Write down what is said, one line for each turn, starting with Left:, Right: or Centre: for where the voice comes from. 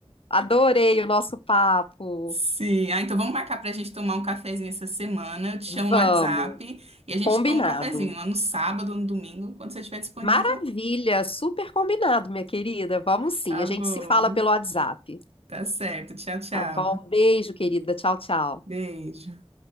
Left: Adorei o nosso papo.
Right: Sim, ah, então vamos marcar para a gente tomar um cafezinho essa semana. Eu te chamo
Left: Vamos.
Right: no WhatsApp e a gente
Left: Combinado.
Right: toma um cafezinho lá no sábado ou no domingo, quando você estiver disponível.
Left: Maravilha, super combinado, minha querida. Vamos sim,
Right: Tá
Left: a gente
Right: bom,
Left: se fala pelo WhatsApp.
Right: tá certo. Tchau, tchau.
Left: Tá bom? Beijo, querida. Tchau, tchau.
Right: Beijo.